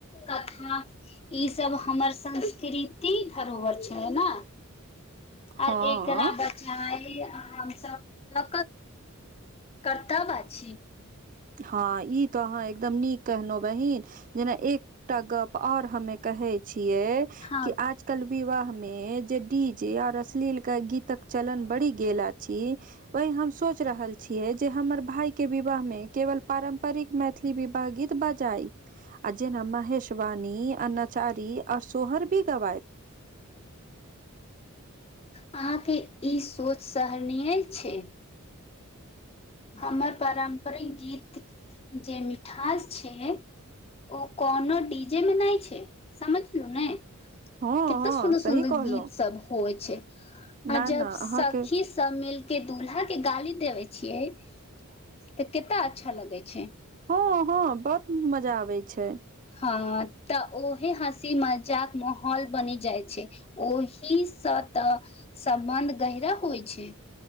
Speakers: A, on the left (about 30°); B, on the right (about 40°).
A: तथा ई सब हमर संस्कृ ती धरोहर छैै न
B: हँ
A: आर एकरा बाद च आ ई हम सभ कर्तव्य आछि
B: हँ ई तऽ अहाँ एकदम नीक कहनउ बहीन जेना एकटा गप आओर हमे कहै छियै
A: हँ
B: कि आज कल विवाह मे जे डी जे और अश्लील के गीतक चलन बढ़ि गेल अछि वही हम सोच रहल छियै जे हमर भाय के विवाह मे केवल पारम्परिक मैथिली विवाह गीत बजाइ आ जेना महेेशवानी आ नाचारी आओर शोहर भी गवाईव
A: अहाँके ई सोच सहनीय छै हमर पारम्परिक गीत जे मिठास छै ओ कोनो डी जेे मे नय छै समझलु ने
B: हँ
A: केते
B: हँ
A: सुन्दर
B: सही
A: सुन्दर
B: कहलहुँ
A: गीत सब होइ छै आ
B: न
A: जब
B: न
A: सखी
B: अहाँके
A: सब मिल के दुल्हा के गाली देवे छियै तऽ केता अच्छा लगै छै
B: हँ हँ बहुत मजा आबै छै
A: हं तऽ ओहे हँसी मजाक माहौल बनि जाइ छै ओहिसँ तऽ सम्बन्ध गहरा होइ छै